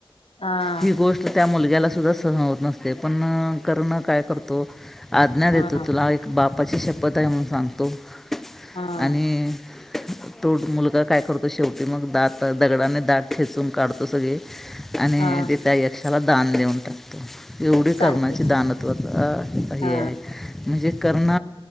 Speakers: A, on the left; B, in the centre.
A: हा
B: ही गोष्ट त्या मुलग्याला सुद्धा सहन होत नसते, पण करना काय करतो आज्ञा देतो
A: हा
B: तुला एक बापाची शपथ आहे म्हणून सांगतो
A: हा
B: आणि <inaudible> तो मुलगा काय करतो शेवटी? मग दात दगडाने दात खेचून काढतो सगळे आणि
A: हा
B: ते त्या यक्षाला दान देऊन टाकतो. एवढी
A: चालतच
B: कर्णाची दानत्वता अं हे
A: हा
B: हाय म्हणजे कर्ण